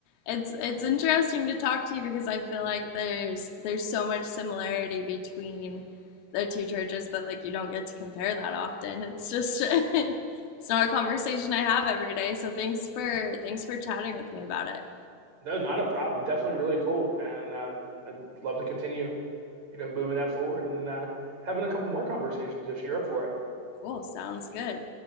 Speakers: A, on the left; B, on the right.
A: It's it's interesting to talk to you because I feel like there's there's so much similarity between the two churches, but like you don't get to compare that often. It's just <laughs> it's not a conversation I have every day. So thanks for thanks for chatting with me about it.
B: no, not a problem. Definitely really cool. And uh, I'd love to continue, you know, moving that forward and uh, having a couple more conversations if you're up for it.
A: Cool. Sounds good.